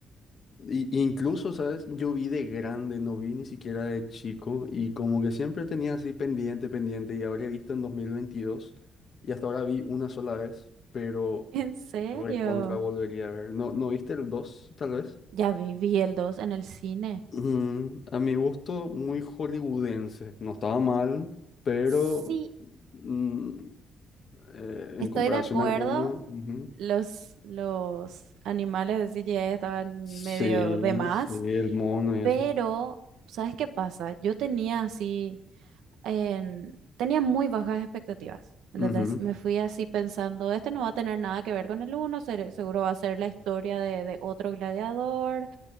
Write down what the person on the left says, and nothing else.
y incluso, ¿sabes? Yo vi de grande, no vi ni siquiera de chico y como que siempre tenía así pendiente, pendiente y habré visto en 2022 y hasta ahora vi una sola vez, pero
recontra volvería a ver. ¿No, no viste el 2, tal vez?
Mm, a mi gusto, muy hollywoodense. No estaba mal, pero
mm, eh,
en comparación
al uno, ujú.
Sí,
sí, el mono y
eso.
Ujú,